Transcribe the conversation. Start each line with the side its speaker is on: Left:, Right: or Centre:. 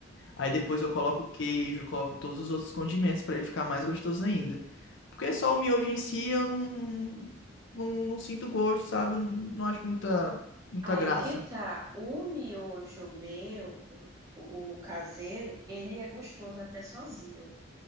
Left: Aí depois eu coloco queijo, coloco todos os outros condimentos pra ele ficar mais gostoso ainda. Porque só o miojo em si eu não, não, não sinto gosto, sabe? Eu não acho muita, muita
Right: Aí
Left: graça.
Right: que tá. O miojo meu, o, o caseiro, ele é gostoso até sozinho.